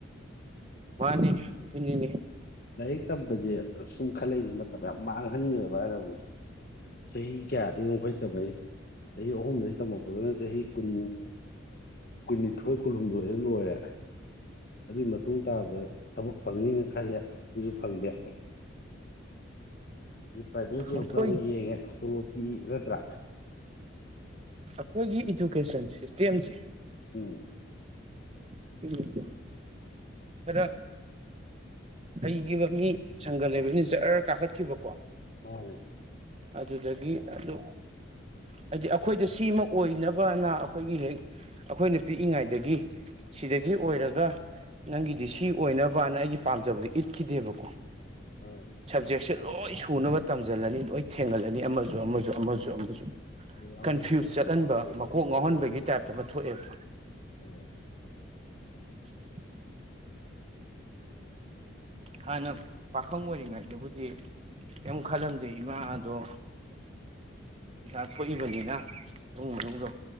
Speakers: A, on the right; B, on the left.
A: ꯃꯥꯅꯤ ꯀꯅꯦ
B: ꯂꯥꯏꯔꯤꯛ ꯇꯝꯕꯁꯦ ꯁꯨꯝ ꯈꯠꯂꯛꯏ ꯃꯇꯝ ꯌꯥꯝ ꯃꯥꯡꯍꯟꯈꯦꯕ ꯍꯥꯏꯅ ꯍꯧꯖꯤꯖꯤꯛ ꯆꯍꯤ ꯀꯌꯥꯗꯒꯤ ꯌꯝꯈꯩ ꯇꯝꯃꯅꯤ ꯆꯍꯤ ꯑꯍꯨꯝꯗꯒꯤ ꯇꯝꯃꯛꯄꯗꯨꯅ ꯆꯍꯤ ꯀꯨꯟ ꯀꯨꯟꯅꯤꯊꯣꯏ ꯀꯨꯟꯍꯨꯝꯗꯣꯏꯗ ꯂꯣꯏꯔꯦ ꯑꯗꯨꯒꯤ ꯃꯇꯨꯡ ꯇꯥꯕꯗ ꯊꯕꯛ ꯐꯪꯅꯤꯅ ꯈꯜꯂꯦ ꯑꯗꯨꯁꯨ ꯐꯪꯗꯦ ꯄ꯭ꯔꯥꯏꯚꯦꯠ ꯖꯣꯕꯇ
A: ꯑꯩꯈꯣꯏ
B: ꯑꯃꯨꯛ ꯌꯦꯡꯉꯦ ꯇꯣꯂꯣꯞꯄꯤꯤ ꯅꯠꯇ꯭ꯔꯥ
A: ꯑꯩꯈꯣꯏꯒꯤ ꯏꯗꯨꯀꯦꯁꯟ ꯁꯤꯁꯇꯦꯝꯁꯦ
B: ꯎꯝ
A: <unintelligible> ꯈꯔ ꯍꯩꯈꯤꯕ ꯃꯤ ꯁꯪꯒ ꯂꯩꯕꯅꯤ ꯖꯠꯔ ꯀꯥꯈꯠꯈꯤꯕꯀꯣ
B: <unintelligible>
A: ꯑꯗꯨꯗꯒꯤ ꯑꯗꯨ ꯍꯥꯏꯗꯤ ꯑꯩꯈꯣꯏꯗ ꯁꯤꯃ ꯑꯣꯏꯅꯕꯅ ꯑꯩꯈꯣꯏꯒꯤ ꯍꯦꯛ ꯑꯩꯈꯣꯏꯅ ꯄꯤꯛꯏꯉꯩꯗꯒꯤ ꯁꯤꯗꯒꯤ ꯑꯣꯏꯔꯒ ꯅꯪꯒꯤꯗꯤ ꯁꯤ ꯑꯣꯏꯅꯕꯅ ꯑꯩꯒꯤ ꯄꯥꯝꯖꯕꯗꯤ ꯏꯠꯈꯤꯗꯦꯕꯀꯣ
B: ꯑꯣ
A: ꯁꯕꯖꯦꯛꯁꯦ ꯂꯣꯏ ꯁꯨꯅꯕ ꯇꯝꯁꯤꯜꯂꯅꯤ ꯂꯣꯏ ꯊꯦꯡꯒꯜꯂꯅꯤ ꯑꯃꯁꯨ ꯑꯃꯁꯨ ꯑꯃꯁꯨ ꯑꯃꯁꯨ
B: ꯑꯗꯨ ꯑꯃꯁꯨ
A: ꯀꯟꯐ꯭ꯌꯨꯁ
B: ꯑꯣꯏꯗ
A: ꯆꯠꯍꯟꯕ
B: ꯑꯃꯁꯨ ꯑꯣꯏꯗ
A: ꯃꯀꯣꯛ
B: ꯍꯦꯛ
A: ꯉꯥꯎꯍꯟꯕꯒꯤ
B: ꯑꯣꯏꯍꯧꯔꯦꯅꯦ
A: ꯇꯥꯏꯞꯇ ꯑꯃ ꯊꯣꯛꯑꯦꯕ
B: ꯑꯥ
A: <unintelligible> ꯍꯥꯟꯅ ꯄꯥꯈꯪ ꯑꯣꯏꯔꯤꯉꯩꯗꯕꯨꯗꯤ ꯀꯩꯝ ꯈꯜꯂꯝꯗꯦ ꯏꯃꯥ ꯑꯗꯣ ꯄꯩꯥ ꯊꯣꯛꯏꯕꯅꯤꯅ ꯏꯃꯨꯡ ꯃꯅꯨꯡꯗꯣ